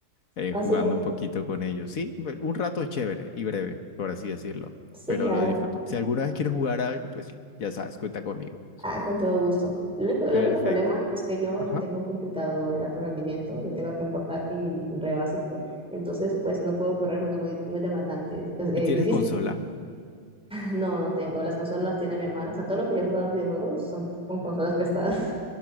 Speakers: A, on the left; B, in the centre.
A: eh,
B: <laughs>
A: jugando
B: así,
A: un poquito con ellos. Sí, be- un rato chévere y breve, por así decirlo,
B: sí,
A: pero
B: claro.
A: lo disfruto. Si alguna vez quieres jugar a algo, pues ya sabes, cuenta conmigo.
B: Ah, con todo gusto. Lo único, el
A: Perfecto.
B: único problema es que yo
A: Ajá.
B: no tengo un computador de alto rendimiento, yo tengo aquí un portátil re básico, entonces pues no puedo correr juegos muy, muy demandantes. Es, eh,
A: ¿Y tienes
B: difícil.
A: consola?
B: <laughs> No, no tengo, las consolas las tiene mi hermano, o sea, todo lo que yo he jugado en videojuegos son con consolas prestadas.